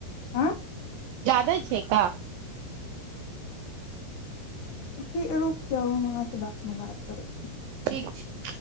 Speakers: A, on the left (about 65°); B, on the right (about 85°).
A: आँ
B: जादे छै का
A: ठीक रुक जाउ हम अहाँ से बादमे बात करै
B: ठीक छै